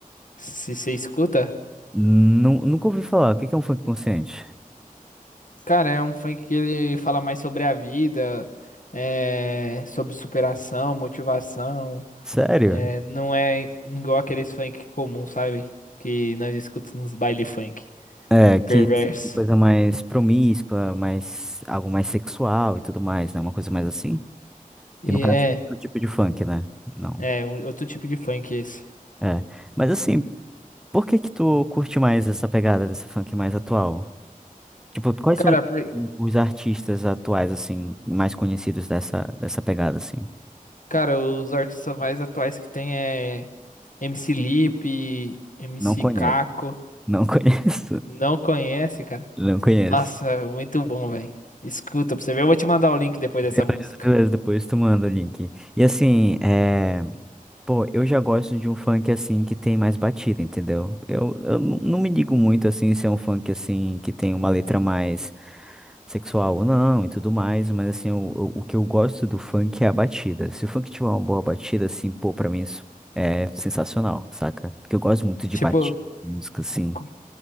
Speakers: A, on the left; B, in the centre.
A: se você escuta.
B: Nu- nunca ouvi falar, o que que é um funk consciente?
A: Cara, é um funk que ele fala mais sobre a vida, é, sobre superação, motivação.
B: Sério?
A: É, não é igual aqueles funk comum, sabe? Que nós escutamos nos baile funk.
B: É, que
A: Perverso.
B: assim, coisa mais promíscua, mais, algo mais sexual e tudo mais, né? Uma coisa mais assim?
A: E
B: Que no caso
A: é,
B: é outro tipo de funk, né? Não.
A: é um- outro tipo de funk esse.
B: É. Mas assim, por que que tu curte mais essa pegada desse funk mais atual? Tipo, quais
A: Cara,
B: são
A: por-
B: os artistas atuais, assim, mais conhecidos dessa, dessa pegada, assim?
A: Cara, os artistas mais atuais que tem é MC Lipe, MC
B: Não conheço.
A: Caco.
B: Não <laughs> conheço.
A: Não conhece, cara?
B: Não conheço.
A: Nossa, muito bom, velho. Escuta pra você ver. Eu vou te mandar o link depois
B: Beleza,
A: dessa música.
B: beleza, depois tu manda o link. E assim, é. Pô, eu já gosto de um funk assim que tem mais batida, entendeu? Eu, eu n- não me digo muito assim se é um funk assim que tem uma letra mais sexual ou não e tudo mais, mas assim, o, o o que eu gosto do funk é a batida. Se o funk tiver uma boa batida, assim, pô, pra mim isso é sensacional, saca? Porque eu gosto muito de
A: Tipo,
B: batida, música, assim.
A: c-